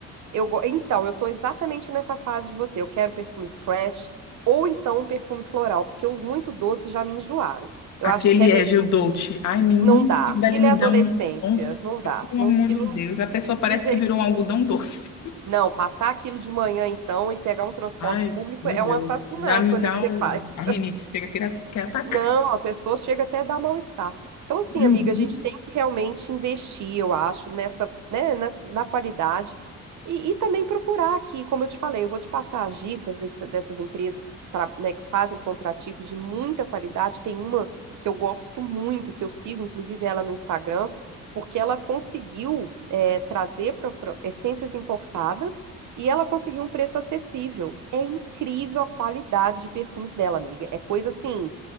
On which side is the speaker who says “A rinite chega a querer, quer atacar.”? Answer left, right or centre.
Left